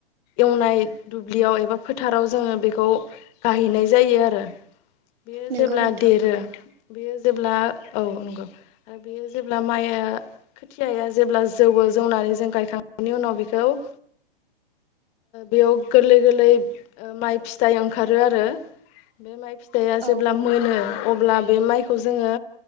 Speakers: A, on the left; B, on the right.
A: एवनाय दुब्लियाव एबा फोथाराव जोङो बेखौ गाहैनाय जायो आरो बेयो
B: नोंगौ
A: जेब्ला
B: नोंथां
A: देरो बेयो जेब्ला औ नंगौ बेयो जेब्ला माइया खोथियाया जेब्ला जौवो जौनानै जों गायखांनायनि उनाव बेखौ ओ बेयाव गोरलै गोरलै ओ माइ फि फिथाइ ओंखारो आरो बे माइ फिथाइया जेब्ला
B: औ
A: मोनो अब्ला बे माइखौ जोङो